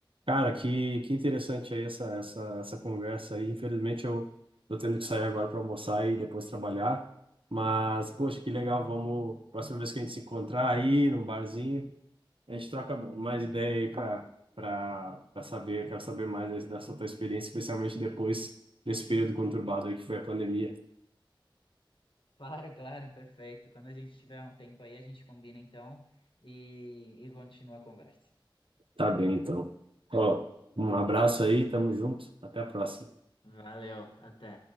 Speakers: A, on the right; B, on the left.
A: Cara, que, que interessante aí essa, essa, essa conversa aí. Infelizmente eu tô tendo que sair agora para almoçar e depois trabalhar. Mas, poxa, que legal. Vamos, próxima vez que a gente se encontrar aí num barzinho, a gente troca mais ideia aí para para para saber, quero saber mais aí dessa tua experiência, especialmente depois desse período conturbado aí que foi a pandemia.
B: Claro, claro, perfeito. Quando a gente tiver um tempo aí, a gente combina então e, e continua a conversa.
A: Tá bem, então. Ó, um abraço aí, tamo junto. Até a próxima.
B: Valeu, até.